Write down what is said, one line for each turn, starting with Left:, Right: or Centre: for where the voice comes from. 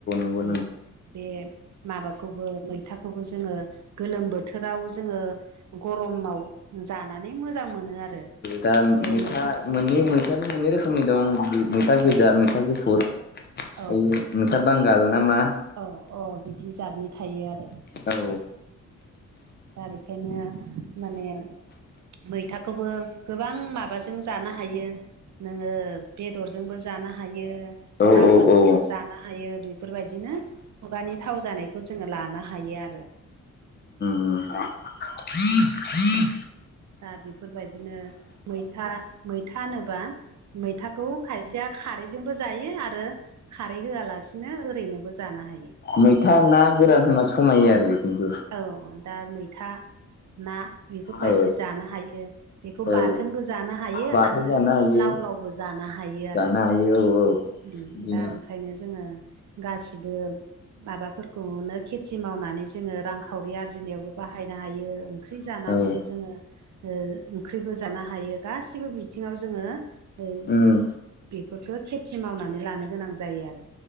Left: औ नोंगो।
Right: उम बे माबाखौबो मैथाखौबो जोङो गोलोम बोथोराव जोङो गर'माव जानानै मोजां मोनो आरो।
Left: दा
Right: बे
Left: मैथा
Right: मैथाखौबो
Left: मोननै
Right: जोङो
Left: मैथायाबो मोननै रोखोमनि दं मैथा गोजा
Right: औ
Left: मैथा गुफुर।
Right: औ।
Left: ओयो मैथा बांगाल नामा?
Right: औ-अ बिदि जादनि थायो आरो।
Left: औ
Right: दा बेखायनो माने मैथाखौबो गोबां माबाजों जानो हायो। नोङो बेदरजोंबो जानो हायो।
Left: औ
Right: नाफोरजोंबो
Left: औ औ
Right: जानो हायो। बेफोरबायदिनो खुगानि थाव जानायखौ जोङो लानो हायो आरो।
Left: उम।
Right: औ दा बेफोरबायदिनो मैथा मैथा होनोबा मैथाखौ खायसेया खारैजोंबो जायो। आरो खारै होआलासिनो ओरैनोबो जानो हायो।
Left: मैथा ना गोरान होना समायो आरो खिन्थु।
Right: औ दा मैथा ना बेफोरबायदि
Left: औ
Right: जानो हायो बेखौ
Left: औ
Right: बाथोनबो जानो हायो
Left: बाथोन
Right: आरो
Left: जानो हायो
Right: लाव-लाव जानो हायो आरो।
Left: जानो हायो औ औ
Right: उम
Left: बिदिनो
Right: दा ओंखायनो जोङो गासिबो माबाफोरखौनो खेथि मावनानै जोङो रांखावरि आरजिनायावबो बाहायनो हायो ओंख्रि जानानैबो
Left: औ औ
Right: जोङो ओ ओंख्रिबो जानो हायो गासिबो बिथिङाव जोङो <unintelligible>
Left: उम
Right: बेफोरखो खेथि मावनानै लानो गोनां जायो आरो।